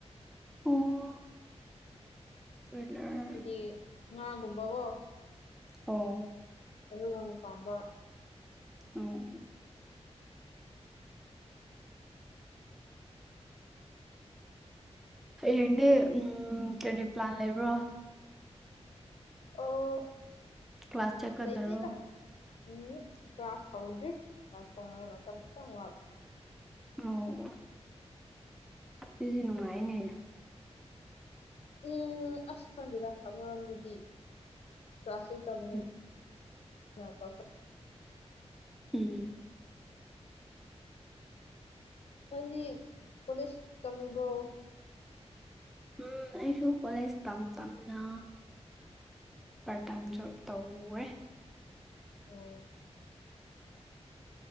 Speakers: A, in the centre; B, on the left.
A: ꯑꯣ ꯑꯣꯏꯂꯔ
B: ꯍꯥꯏꯗꯤ ꯉꯥꯒꯨꯝꯕꯕꯣ
A: ꯑꯣ
B: ꯑꯗꯨꯒꯨꯝ ꯄꯥꯝꯕ
A: ꯑꯣ ꯍꯌꯦꯡꯗꯤ ꯎꯝ ꯀꯩꯔꯤ ꯄ꯭ꯂꯥꯟ ꯂꯩꯕ꯭ꯔꯣ
B: ꯑꯣ
A: ꯀ꯭ꯂꯥꯁ ꯆꯠꯀꯗꯔꯣ
B: ꯂꯩꯇꯦꯗ ꯎꯝ ꯀ꯭ꯂꯥꯁ ꯍꯧꯗ꯭ꯔꯤ ꯀ꯭ꯂꯥꯁ ꯍꯧꯅꯉꯩ ꯃꯇꯝ ꯈꯤꯇꯪ ꯋꯥꯠꯂꯤ
A: ꯑꯣ ꯖꯤꯗꯤ ꯅꯨꯡꯉ ꯍꯥꯏꯅꯦ
B: ꯎꯝ ꯑꯁ ꯈꯪꯗꯦꯗ ꯑꯃꯔꯣꯝꯗꯗꯤ ꯀ꯭ꯂꯥꯁ ꯌꯇꯕꯅꯤꯅ
A: ꯎꯝ
B: ꯅ <unintelligible>
A: ꯎꯝ
B: ꯅꯪꯗꯤ ꯀꯣꯂꯦꯖ ꯇꯝꯃꯤꯕꯣ
A: ꯎꯝ ꯑꯩꯁꯨ ꯀꯣꯂꯦꯖ ꯇꯝ ꯇꯝꯅ ꯄꯥꯔꯠ ꯇꯥꯏꯝ ꯖꯣꯕ ꯇꯧꯋꯦ
B: ꯑꯣ